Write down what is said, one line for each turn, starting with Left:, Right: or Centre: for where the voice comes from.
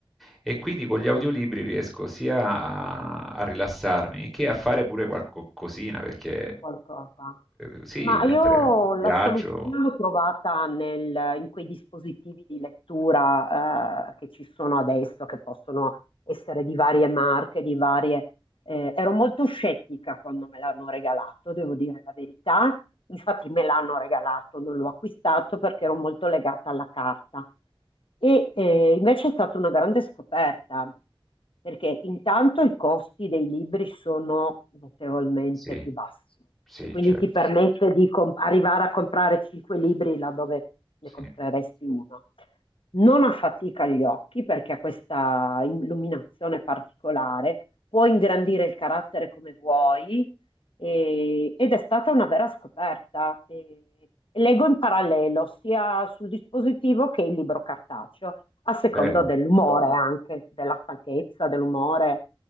Centre: E quindi con gli audiolibri riesco sia a, a rilassarmi che a fare pure qualcosina, perché
Left: qualcosa.
Centre: eh, sì,
Left: Ma
Centre: mentre
Left: io la
Centre: viaggio.
Left: soluzione l'ho trovata nel- in quei dispositivi di lettura eh, che ci sono adesso, che possono essere di varie marche, di varie... eh, ero molto scettica quando me l'hanno regalato, devo dire la verità, infatti me l'hanno regalato, non l'ho acquistato perché ero molto legata alla carta. E eh, invece è stata una grande scoperta, perché intanto i costi dei libri sono notevolmente
Centre: Sì,
Left: più bassi
Centre: sì,
Left: e quindi
Centre: certo,
Left: ti permette di com- arrivare a comprare cinque libri laddove
Centre: sì.
Left: ne compreresti uno. Non affatica gli occhi perché ha questa illuminazione particolare, può ingrandire il carattere come vuoi, e- ed è stata una vera scoperta. E- leggo in parallelo sia sul dispositivo che il libro cartaceo, a secondo
Centre: Bello.
Left: dell'umore anche, della stanchezza, dell'umore,